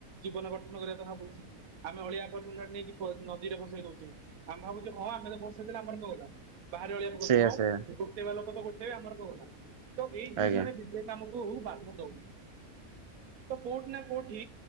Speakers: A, on the right (about 75°); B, on the right (about 60°).
A: ଜୀବନ ଗଠନ କରିବା କଥା ଭାବୁଛି। ଆମେ ଅଳିଆ ଆବର୍ଜନା ନେଇକି ନଦୀରେ ଭସେଇ ଦଉଛେ। ଆମେ ଭାବୁଛୁ ହଁ ଆମେ ତ ଭସେଇଦେଲେ ଆମର କଣ ଗଲା। ବାହାରି ଅଳିଆ ପକଉଛେ
B: ସେଇଆ
A: ହଁ
B: ସେଇଆ
A: ଗୋଟେଇବା ଲୋକତ ଗୋଟେଇବେ ଆମର କଣ ଗଲା ତ ଏଇ ଜିନିଷରେ
B: ଆଜ୍ଞା
A: ବିବେକ ଆମକୁ ବାଧା ଦଉନି।
B: ହ
A: ତ କୋଉଠି ନା କୋଉଠି